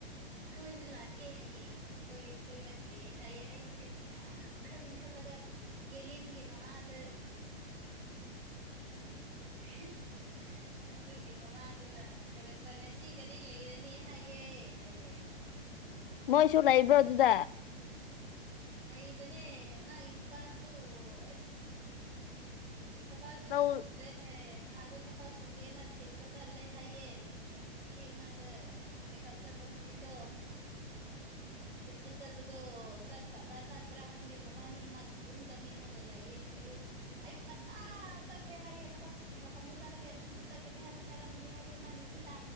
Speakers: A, on the right (about 80°); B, on the left (about 60°).
A: ꯀꯣꯏꯕ ꯂꯥꯛꯀꯦ ꯍꯌꯦꯡꯁꯤ ꯀꯣꯏ ꯀꯣꯏꯔꯛꯀꯦ ꯑꯩꯗꯤ ꯀꯔꯤꯔꯥ ꯈꯟ ꯈꯜꯂꯒ ꯀꯦꯂꯤꯟꯒꯤ ꯃꯃꯥꯗ ꯍ <unintelligible> ꯑꯗꯨꯒꯤ ꯃꯃꯥꯗꯨꯅ ꯍꯥꯏꯔꯛꯄ ꯉꯁꯤ ꯒꯗꯤ ꯂꯩꯔꯅꯤ ꯍꯥꯏꯌꯦ ꯍꯥꯏꯌꯦ
B: ꯃꯣꯏꯁꯨ
A: ꯑꯗꯨ
B: ꯂꯩꯕ꯭ꯔꯣ ꯑꯗꯨꯗ
A: ꯂꯩꯕꯅꯦ ꯃꯥꯒꯤ ꯅꯨꯄꯥꯁꯨ ꯑꯁ ꯊꯕꯛꯁꯨ
B: ꯂꯧ
A: ꯁꯨꯗ꯭ꯔꯦ ꯅꯍꯥꯟꯗ ꯊꯕꯛ ꯁꯨꯒꯦꯅ ꯊꯤꯟꯕ ꯆꯠꯂꯦ ꯍꯥꯏꯌꯦ ꯎꯝ ꯅꯨꯄꯤ ꯑꯃꯗ ꯆꯦꯛꯀꯞ ꯆꯠꯄ ꯅꯨꯃꯤꯠꯇꯣ ꯊꯤꯟꯕ ꯆꯠꯄꯗꯣ ꯑꯣ ꯆꯠꯇꯕ꯭ꯔꯥ ꯆꯠꯄ꯭ꯔꯥ ꯈꯪꯗꯦ ꯃꯕꯥꯅꯤꯃꯛ ꯑꯗꯨꯝ ꯆꯠꯃꯤꯟꯅꯔꯒꯥ ꯂꯩꯌꯦ ꯑꯌꯨꯛ ꯑꯌꯨꯛ ꯉꯟꯇꯥ ꯆꯠꯈ꯭ꯔꯦ ꯍꯥꯏꯌꯦ ꯊꯕꯛ ꯃꯐꯝꯗ ꯆꯠꯂꯒꯦ ꯑꯗꯨꯗ ꯆꯠꯀꯅꯤ ꯍꯥꯏꯕꯁꯨ ꯍꯥꯏꯔꯝꯗꯦ ꯍꯥꯏꯌꯦ ꯃꯥꯏ ꯅꯨꯄꯤꯗ